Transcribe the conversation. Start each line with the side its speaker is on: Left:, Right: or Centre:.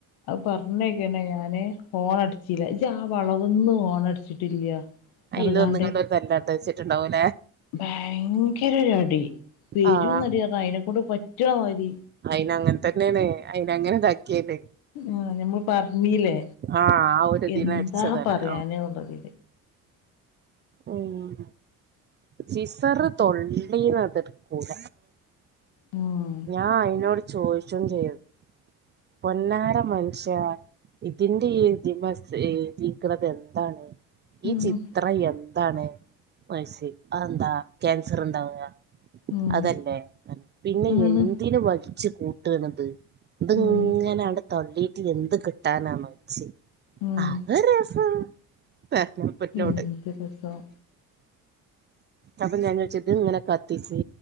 Left: അത് പറഞ്ഞിങ്ങനെ ഞാന് ഓണടിച്ചില്ല ആഹ് വളവൊന്നും ഓണടിച്ചിട്ടില്ല
Right: അയിന്
Left: പറഞ്ഞുകാണ്ട്
Right: വന്ന്ങ്ങാണ്ട് ഒരു തല്ലാട്ട വെച്ചിട്ടുണ്ടാവൂലേ
Left: ഭയങ്കര ഒരു അടി പെരും
Right: ആഹ്
Left: അടിന്ന് പറഞ്ഞാ അയിനെക്കൊണ്ട് പറ്റ്ണ മാതിരി
Right: അയിന് അങ്ങനെ തന്നെയാണ് അയിന് അങ്ങനെതാക്കിയാല്
Left: ആഹ് ഞമ്മള് പറഞ്ഞീലേ
Right: ആഹ് ആ ഒരുതിന്
Left: എന്താ
Right: അടിച്ചതാണ്
Left: പറയാന്
Right: ആഹ്
Left: ഉള്ളത്
Right: ഉം സിസറ് തൊള്ളീന്ന് ആത് എട്ക്കൂല
Left: ഉം
Right: ഞാൻ അയിനോട് ചോയ്ച്ചും ചെയ്തു പൊന്നാര മനുഷ്യാ ഇതിന്റെ ഈ ഇതിമ്മ എഴുതീക്ണത് എന്താണ് ഈ
Left: ഉം
Right: ചിത്രം എന്താണ് മാസി അതെന്താ ക്യാൻസർ ഇണ്ടാവ
Left: ഉം
Right: അതല്ലേ പിന്നെ
Left: ഉം
Right: എന്തിന് വലിച്ച് കൂട്ടാണിത് ഇത്
Left: ഉം
Right: ഇങ്ങനെ ആണ്ട് തള്ളിയിട്ട് എന്ത് കിട്ടാനാ ച്ചി
Left: ഉം
Right: അത് ഒര് രസം പറഞ്ഞപ്പം ഇന്നോട്
Left: എന്ത് രസം
Right: അപ്പൊ ഞാൻ ചോയ്ച്ച് ഇത് ഇങ്ങനെ കത്തിച്ച്